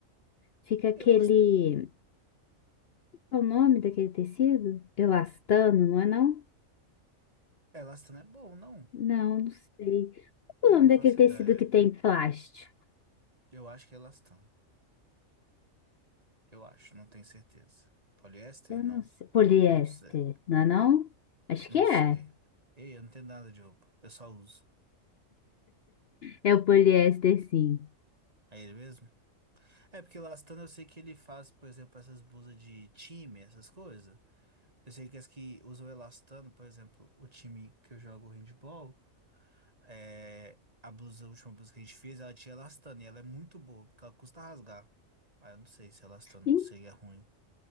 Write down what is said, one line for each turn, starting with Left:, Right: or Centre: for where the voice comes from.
Left: fica aquele...
Right: Eu gosto.
Left: Qual é o nome daquele tecido? Elastano, não é não?
Right: Elastano é bom, não?
Left: Não, não sei. Qual
Right: Eu
Left: é o
Right: não
Left: nome daquele
Right: faço
Left: tecido
Right: ideia.
Left: que tem plástico?
Right: Eu acho que é elastano. Eu acho, não tenho certeza. Poliéster?
Left: Eu não
Right: Não.
Left: sei. Poliéster,
Right: Não sei.
Left: não é não? Acho
Right: Não
Left: que é.
Right: sei. Ei, eu não tenho nada de roupa. Eu só uso.
Left: É o poliéster, sim.
Right: É ele mesmo? É porque elastano eu sei que ele faz, por exemplo, essas blusas de time, essas coisas. Eu sei que as que usam elastano, por exemplo, o time que eu jogo handball. É, a blusa, a última blusa que a gente fez, ela tinha elastano e ela é muito boa, porque ela custa rasgar. Ah, eu não sei se elastano
Left: En-
Right: seria ruim.